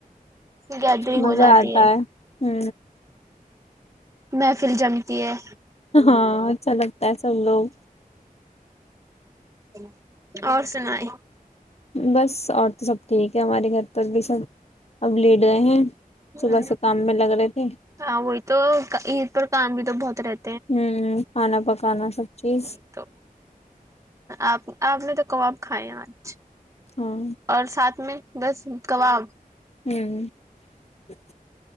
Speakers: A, on the right (about 20°); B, on the left (about 45°).
A: گیدرنگ
B: مزہ
A: ہو جاتی
B: آتا ہے ہے
A: محفل جمتی ہے
B: ہاں چلو ا سب لوگ
A: <inaudible> اور سنائی
B: بس اور تو سب ٹھیک ہے ہمارے گھر پر بھی سب اب لیٹ گئے ہیں
A: ہ
B: صبح سے کام میں لگ رہے تھے
A: ہاں وہی تو پر کام بھی تو بہت رہتا
B: ہوں کھانا پکانا سب چیز
A: وہئی تو آپ آپ نے تو کباب کھائےآج
B: ہاں
A: اور ساتھ میں بس کباب
B: ہوں <inaudible>